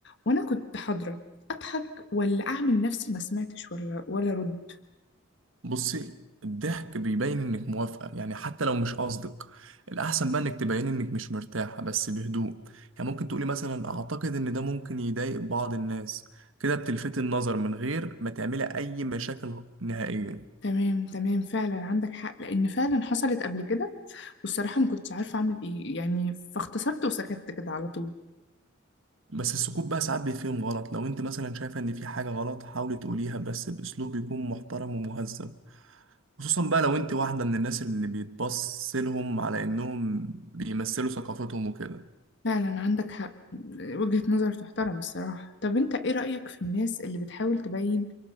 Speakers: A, on the left; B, on the right.
A: وانا كنت حاضرة اضحك ولا اعمل نفسي ما سمعتش ولا ولا رد
B: بصي الضحك بيبين انك موافقة يعني حتى لو مش قصدك الأحسن بقى انك تبين انك مش مرتاحة بس بهدوء يعني ممكن تقولي مثلا أعتقد ان ده ممكن يضايق بعض الناس كده بتلفتي النظر من غير ما تعملي أي مشاكل نهائيا
A: تمام تمام فعلا عندك حق لان فعلا حصلت قبل كده والصراحه ما كنتش عارفه اعمل ايه يعني فاختصرت وسكت كده على طول
B: بس السكوت بقى ساعات بيتفهم غلط لو انت مثلا شايفة ان في حاجة غلط حاولي تقوليها بس بأسلوب يكون محترم ومهذب خصوصا بقى لو انت واحدة من الناس اللي بيتبص لهم على انهم بيمثلوا ثقافتهم وكده
A: فعلا عندك حق وجهة نظر تحترم الصراحه طب انت ايه رايك في الناس اللي بتحاول تبين